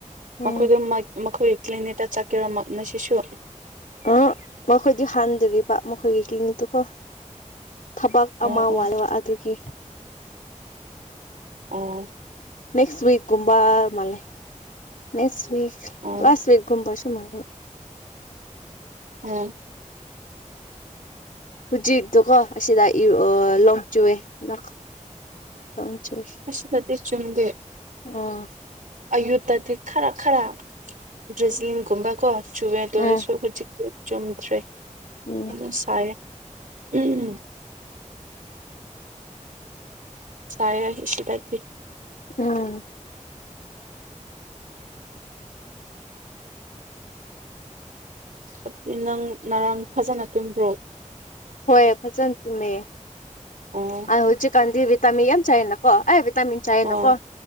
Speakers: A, on the left; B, on the right.
A: ꯎꯝ
B: ꯃꯈꯣꯏꯗꯣ ꯃꯈꯣꯏ ꯀ꯭ꯂꯤꯅꯤꯛꯇ ꯆꯠꯀꯦꯔꯝꯃꯛꯅꯦ ꯁꯤꯁꯨ
A: ꯑ ꯃꯈꯣꯏꯗꯤ ꯍꯥꯟꯗꯔꯤ ꯄ ꯃꯈꯣꯏꯒꯤ ꯀ꯭ꯂꯤꯅꯣꯛꯗꯨꯨꯀꯣ ꯊꯕꯛ
B: ꯑꯣ
A: ꯑꯃ
B: ꯑꯣ
A: ꯋꯥꯠꯂ ꯑꯗꯨꯒꯤ
B: ꯑꯣ
A: ꯅꯦꯛꯁꯤꯛꯒꯨꯝꯕ ꯃꯥꯜꯂꯦ ꯅꯦꯁꯋꯤꯛ
B: ꯑꯣ
A: ꯂꯥꯁꯋꯤꯛꯒꯨꯝꯕ ꯁꯨꯃꯥꯡꯒ
B: ꯎꯝ
A: ꯍꯧꯖꯤꯛꯇꯨꯀꯣ ꯑꯁꯤꯗ ꯌꯨ ꯂꯣꯡ ꯆꯨꯑꯦ ꯅꯛ ꯅꯣꯡꯆꯨꯏ
B: ꯑꯁꯤꯗꯗꯤ ꯆꯨꯝꯗꯦ
A: ꯑꯣ
B: ꯑꯌꯨꯠꯇꯗꯤ ꯈꯔ ꯈꯔ ꯗ꯭ꯔꯦꯁꯂꯤꯟꯒꯨꯝꯕ ꯀꯣ ꯆꯨꯋꯦꯗꯧꯔ
A: ꯎꯝ
B: ꯁ ꯍꯧꯖꯤꯛ ꯆꯨꯝꯗ꯭ꯔꯦ
A: ꯎꯝ
B: ꯍꯣ ꯆꯥꯏꯦ ꯎꯝ ꯎꯝ ꯁꯥꯏꯌꯦ ꯁꯗꯥꯗꯤ
A: ꯎꯝ
B: ꯑꯗꯨꯗꯤ ꯅꯪ ꯉꯔꯥꯡ ꯐꯖꯅ ꯇꯨꯝꯕ꯭ꯔꯣ
A: ꯍꯣꯏ ꯐꯖꯟꯃꯦ ꯇꯨꯝꯃꯦ
B: ꯑꯣ
A: ꯑꯩ ꯍꯧꯖꯤꯛ ꯀꯥꯟꯗꯤ ꯇꯥꯃꯤ ꯌꯥꯝ ꯆꯥꯏꯌꯦꯅꯀꯣ ꯍꯥꯏ ꯍꯥꯏꯕꯦꯠ ꯇꯥꯃꯤꯟ ꯆꯥꯏꯌꯦꯅꯀꯣ
B: ꯑꯣ